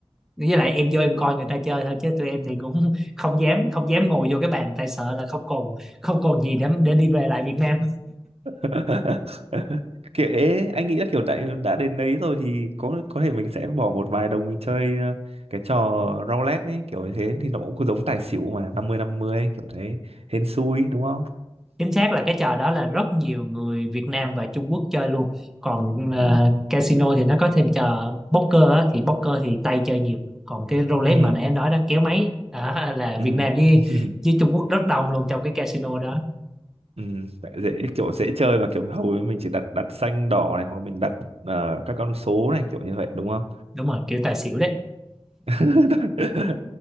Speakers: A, in the centre; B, on the right.
A: với lại em vô em coi người ta chơi thôi chứ tụi em thì cũng <laughs> không dám không dám ngồi vô cái bàn tại sợ là không còn không còn gì để để đi về lại Việt Nam
B: <laughs> kệ anh nghĩ là kiểu đã đã đến đấy rồi thì có có thể mình sẽ bỏ một vài đồng mình chơi ờ, cái trò roulette ấy kiểu như thế thì nó cũng giống tài xỉu mà năm mươi năm mươi kiểu thế hên xui đúng không
A: chính xác là cái trò đó là rất nhiều người Việt Nam và Trung Quốc chơi luôn còn ờ,
B: ừ
A: casino thì nó có thêm trò poker á, thì poker thì Tây chơi nhiều còn cái roulette
B: ừ
A: mà nãy em nói đó kéo máy đó, <laughs> là
B: ừ
A: Việt Nam với
B: <laughs>
A: với Trung Quốc rất đông luôn trong cái casino đó
B: ừ tại dễ kiểu dễ chơi mà kiểu hầu như mình chỉ đặt đặt xanh đỏ này hoặc mình đặt ờ, các con số này kiểu như vậy đúng không
A: đúng rồi kiểu tài xỉu đấy
B: <laughs>